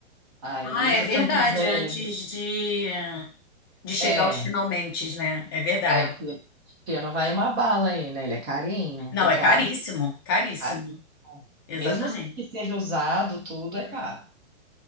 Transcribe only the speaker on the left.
Ah, é
verdade,
antes de, de chegar
aos finalmente, né? É verdade.
Não,
é caríssimo,
caríssimo.
Exatamente.